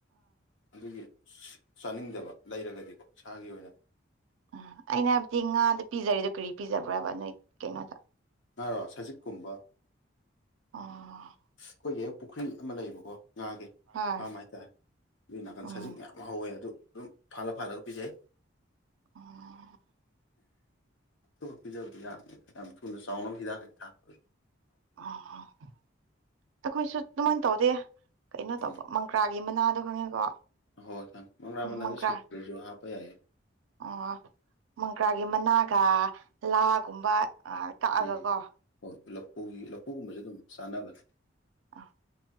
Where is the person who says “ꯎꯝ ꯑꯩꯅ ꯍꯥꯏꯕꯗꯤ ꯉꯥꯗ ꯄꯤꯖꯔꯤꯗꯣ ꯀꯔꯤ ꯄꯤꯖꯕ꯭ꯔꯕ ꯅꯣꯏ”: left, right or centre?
Right